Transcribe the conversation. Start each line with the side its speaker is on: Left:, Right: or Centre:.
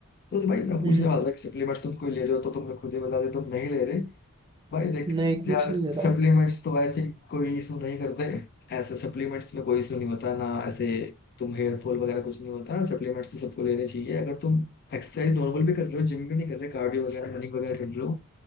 Left: तो भाई मैं पूछने
Right: हम्म
Left: वाला था कि सप्लीमेंट्स तुम कोई ले रहे हो तो तुमने खुद ही बता दिया तुम नहीं ले रहे भाई देख
Right: नहीं कुछ
Left: यार
Right: नहीं दे रहा
Left: सप्लीमेंट्स तो आई थिंक कोई इशू नहीं करते ऐसे सप्लीमेंट्स में कोई इशू नहीं होता ना ऐसे तुम हेयर फॉल वगैरह कुछ नहीं होता सप्लीमेंट्स तो सबको लेने चाहिए अगर तुम एक्सरसाइज नॉर्मल भी कर रहे हो जिम भी नहीं कर रहे कार्डियो वगैरह रनिंग वगैरह कर रहे हो